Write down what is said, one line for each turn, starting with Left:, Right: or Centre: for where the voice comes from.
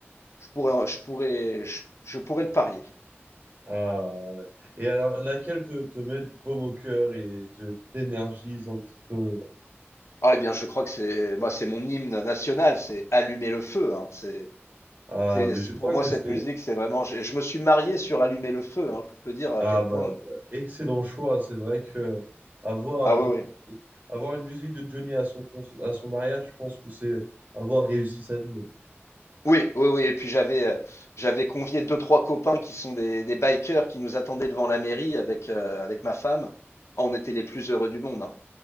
Left: je pourrais, en- je pourrais, je, je pourrais le parier.
Right: Ah, et alors, laquelle te, te met du baume au cœur et te t'énergise un petit peu?
Left: Ah, eh bien, je crois que c'est, bah, c'est mon hymne national. C'est Allumer le feu. hein, C'est,
Right: Ah,
Left: c'est,
Right: mais
Left: c'est-
Right: je
Left: pour
Right: crois
Left: moi,
Right: que
Left: cette
Right: c'est...
Left: musique, c'est vraiment. Je, je me suis marié sur Allumer le feu, hein, pour te dire à
Right: Ah,
Left: quel
Right: bah,
Left: point.
Right: excellent choix. C'est vrai que avoir,
Left: Ah ouais,
Right: un,
Left: ouais.
Right: con- avoir une musique de Johnny à son, cons- à son mariage, je pense que c'est avoir réussi sa vie.
Left: Oui, oui, oui. Et puis j'avais euh, j'avais convié deux, trois copains qui sont des, des bikers qui nous attendaient devant la mairie avec, euh, avec ma femme. Ah, on était les plus heureux du monde. hein.